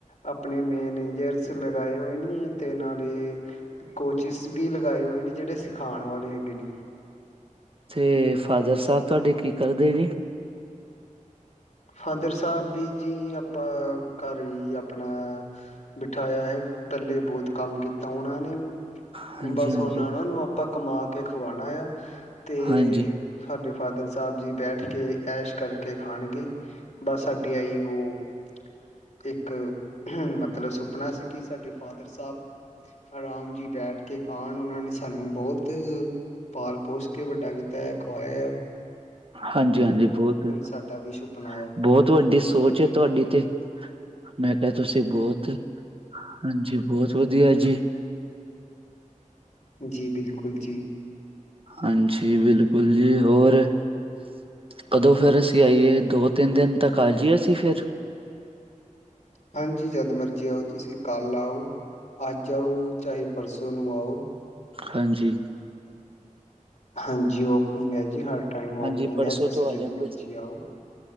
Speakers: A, on the left; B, on the right.
A: ਆਪਣੇ ਮੈਨੇਜਰਸ ਲਗਾਏ ਹੋਏ ਨੇ, ਤੇ ਨਾਲੇ ਕੋਚਿਸ ਵੀ ਲਾਏ ਹੋਏ ਨੇ, ਜਿਹੜੇ ਸਿਖਾਉਣ ਵਾਲੇ ਹੈਗੇ ਨੇ।
B: ਤੇ ਫਾਦਰ ਸਾਹਿਬ, ਤੁਹਾਡੇ ਕੀ ਕਰਦੇ ਨੇ?
A: ਫਾਦਰ ਸਾਹਿਬ ਵੀ ਜੀ, ਆਪਾਂ ਘਰ ਹੀ ਏ ਆਪਣਾ- ਬਿਠਾਇਆ ਹੈ, ਪਹਿਲੇ ਬਹੁਤ ਕੰਮ ਕੀਤਾ ਉਹਨਾਂ ਨੇ।
B: ਹਾਂਜੀ
A: ਬਸ
B: ਹਾਂਜੀ
A: ਉਹਨਾ ਨੂੰ ਆਪਾਂ ਕਮਾ ਕੇ ਖਵਾਉਣਾ ਆ, ਤੇ-
B: ਹਾਂਜੀ
A: ਸਾਡੇ ਫਾਦਰ ਸਾਹਿਬ ਜੀ ਬੈਠ ਕੇ, ਐਸ਼ ਕਰਕੇ ਖਾਣਗੇ। ਬਸ, ਸਾਡੀ ਆਈ ਉਹ ਇੱਕ ਮਤਲਬ ਸੁਪਨਾ ਸੀ, ਕਿ ਸਾਡੇ ਫਾਦਰ ਸਾਹਿਬ- ਆਰਾਮ ਜੀ ਬੈਠ ਕੇ ਖਾਣ, ਉਹਨਾਂ ਨੇ ਸਾਨੂੰ ਬਹੁਤ- ਪਾਲ-ਪੋਸ ਕੇ ਵੱਡਾ ਕੀਤਾ ਐ, ਖੁਵਾਇਆ।
B: ਹਾਂਜੀ-ਹਾਂਜੀ, ਬਹੁਤ-ਬਹੁਤ
A: ਸਾਡਾ ਵੀ ਸੁਪਨਾ ਆ
B: ਵੱਡੀ ਸੋਚ ਐ ਤੁਹਾਡੀ ਤੇ, ਮੈਂ- ਐਹ ਤੁਸੀਂ ਬਹੁਤ ਹਾਂਜੀ, ਬਹੁਤ ਵਧੀਆ ਜੀ।
A: ਜੀ, ਬਿਲਕੁਲ ਜੀ।
B: ਹਾਂਜੀ, ਬਿਲਕੁਲ ਜੀ, ਹੋਰ ਕਦੋਂ ਫੇਰ ਅਸੀਂ ਆਈਏ। ਦੋ-ਤਿੰਨ ਦਿਨ ਤੱਕ ਆ ਜੀਏ ਅਸੀਂ ਫਿਰ।
A: ਹਾਂਜੀ, ਜਦ ਮਰਜ਼ੀ ਆਓ ਤੁਸੀਂ। ਕੱਲ੍ਹ ਆਓ, ਅੱਜ ਆਓ, ਚਾਹੇ ਪਰਸੋਂ ਨੂੰ ਆਓ।
B: ਹਾਂਜੀ।
A: ਹਾਂਜੀ, ਓਪਨਿੰਗ ਐ ਜੀ, ਹਰ ਟਾਈਮ
B: ਹਾਂਜੀ
A: ਓਪਨਿੰਗ
B: ਪਰਸੋਂ
A: ਐ। ਤੁਸੀਂ
B: ਤੋਂ
A: ਜਦੋਂ
B: ਆ ਜਾਂਗੇ
A: ਮਰਜ਼ੀ ਆਓ।